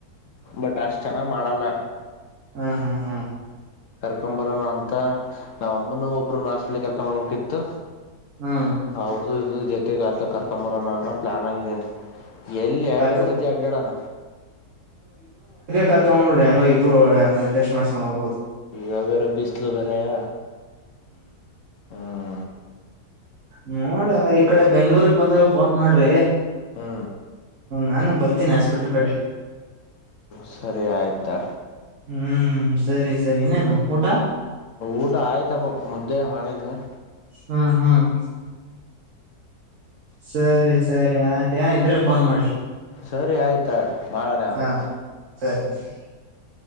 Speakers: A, on the left (about 55°); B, on the right (about 55°).
A: ಬಟ್ ಅಷ್ಟು ಚೆನ್ನಾಗ್ ಮಾಡಲ್ಲ
B: ಹಾ ಹಾ
A: ಕರ್ಕಂ ಬರೋಣ ಅಂತ ನಾವ ಅಮ್ಮನು ಒಬ್ಬರು ಹಾಸ್ಪಿಟಲ್ಗೆ ಕರ್ಕಂ ಬರ್ಬೇಕಿತ್ತು
B: ಹ್ಮ್
A: ಅವ್ರದುು ಇದ ಜೊತೆ ಗತೆಗತ ಕರ್ಕೊಂಬರೋ ನನ್ನ ಪ್ಲಾನ್ ಆಗಿದ್ದೇನಿ ಎಲ್ಲಿ ಎರಡೆ
B: ಕರ್ಕ
A: ಎಡು ಸತಿ ಅಡ್ಡಡಾನ
B: ಕರ್ಕಂಡ್ ಬುಡಿ ಅಂಗ ಇಬ್ರು ಟೆಸ್ಟ್ ಮಾಡ್ಸ್ಕೊಂಡ್ ಹೋಗಬೋದು....
A: ಇಗ ಬೇರ ಬಿಿಸಲು ಬೇರ ಯ ಹ್ಮ
B: ನೋಡ್ರ ಅಂಗ್ರ ಈ ಕಡೆ ಬೆಂಗ್ಳೂರ್ಗ್ ಬಂದಾಗ ಫೋನ್ ಮಾಡ್ರಿ
A: ಹ್ಞೂ
B: ನಾನು ಬರ್ತೀನಿ ಹಾಸ್ಪಿಟ್ಲ್ ಕಡೆ
A: ಸರಿ ಆಯ್ತಾ
B: ಹ್ಮ್ ಸರಿ ಸರಿ ಇನ್ನೇನು ಊಟ
A: ಊಟ ಆಯ್ತಪ್ಪ ಮುದ್ದೆ ಮಾಡಿದ ಹ್ಮ.
B: ಹ್ಮ ಹ್ಮ್ ಸರಿ ಸರಿ ಆಯ್ತು ಏನರ ಇದ್ರೆ ಫೋನ್ ಮಾಡಿ.
A: ಸರಿ ಆಯ್ತಗ ಮಾಡೋಣ ಯಾವಾಗ್ಲಾರ.
B: ಹಾ <unintelligible>